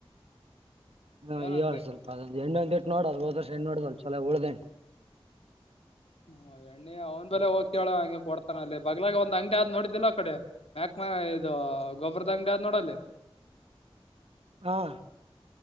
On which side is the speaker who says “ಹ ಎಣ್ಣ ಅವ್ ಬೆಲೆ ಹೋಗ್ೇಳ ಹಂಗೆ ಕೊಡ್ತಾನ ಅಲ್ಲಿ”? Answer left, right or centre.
Left